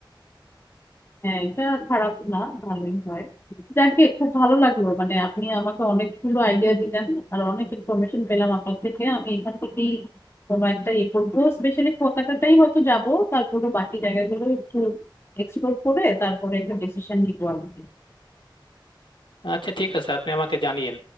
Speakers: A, on the left; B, on the left.
A: হ্যাঁ এটা খারাপ না ভালোই হয় যাকে খুব ভালো লাগলো মানে আপনি আমাকে অনেকগুলো আইডিয়া দিলেন আর অনেক ইনফরমেশন পেলাম আপনার থেকে আমি এখান থেকেই কোনো একটা ইয়ে করবো স্পেশালি কুয়াকাটাটাই হয়তো যাব তারপরে বাকি জায়গাগুলো একটু এক্সপ্লোর করে তারপরে একটা ডিসিশন নিবো আমি
B: আচ্ছা ঠিক আছে আপনি আমাকে জানিয়েন